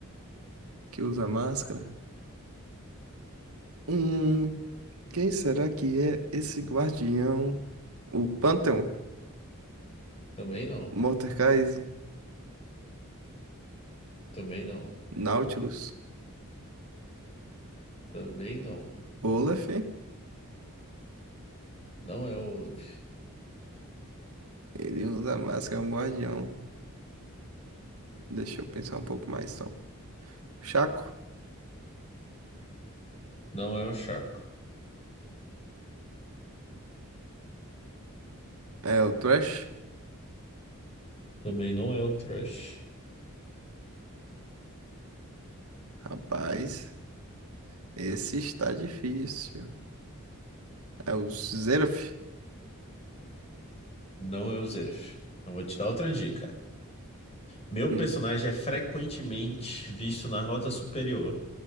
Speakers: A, on the right (about 85°); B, on the left (about 30°).
A: que usa máscara? Hum, quem será que é esse guardião? O Pantheon?
B: Também não.
A: Mordekaiser?
B: Também não.
A: Nautilus?
B: Também não.
A: Olaf?
B: Não é o Olaf.
A: Ele usa máscara, é um guardião. Deixa eu pensar um pouco mais, então. Chaco?
B: Não é o Chaco.
A: É o Thresh?
B: Também não é o Thrush.
A: Rapaz, esse está difícil. É o Xerath?
B: Não é o Zeref. Eu vou te dar outra dica. Meu
A: Hum,
B: personagem é frequentemente visto na rota superior.